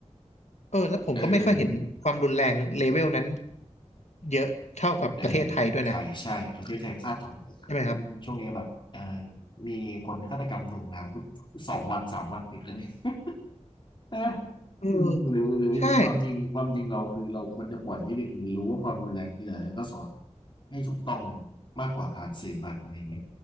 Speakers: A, on the left; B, on the left.
A: เออแล้วผมก็ไม่ค่อยเห็นความรุนแรงเลเวลนั้น
B: เออ
A: เยอะเท่ากับประเทศไทยด้วยนะ
B: เออใช่ใช่ประเทศไทยพลาดทอง
A: ใช่ไหมครับ
B: อืมช่วงนี้แบบเออมีคนฆาตกรรมถ่วงน้ำทุกสองวันสามวันติดแล้วเนี่ย <laughs> เออ
A: เออ
B: อืมหรือหรือความจริงความจริงเราคือเราควรจะปล่อยให้เด็กเรียนรู้ว่าความรุนแรงคืออะไรแล้วก็สอน
A: ใช่
B: ให้ถูกต้องมากกว่าผ่านสื่อผ่านอะไรอย่างเงี้ย